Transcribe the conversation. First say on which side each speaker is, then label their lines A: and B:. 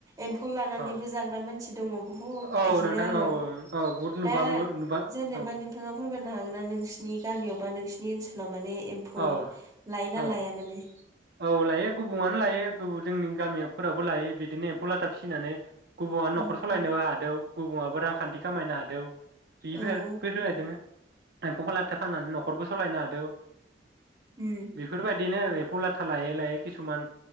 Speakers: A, on the right; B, on the right.
A: एम्फौ लानानैबो
B: औ
A: जाग्रा मान सि दङ । बुहुद
B: औ
A: बिदिनो
B: नोंथां
A: आरो
B: औ औ बहुद नुबां
A: दा
B: नुबां
A: जेनेबा
B: औ
A: नोंथाङा फोरमायनो हागोन ना नोंसिनि गामियाव बा नोंसिनि ओनसो माने एम्फौ
B: औ
A: लायना
B: औ
A: लाया माने?
B: औ लायो गुबुंआनो लायो गुबन जोंनि गामिफोरावबो लायो बिदिनो एम्फौ लाथा फिनानै गुबुनानो
A: उम
B: न'खर सालायनोबो
A: उम
B: हादों। गुबुनाबो रांखान्थि खामायनो हादों बेफोर
A: औ औ
B: बेफोरबायदिनो एम्फौ खालाखो फाननानै न'खरबो सालायनो हादों।
A: उम
B: बेफोरबायदि बिदिनो एम्फौ ला था लायै लायै किसुमान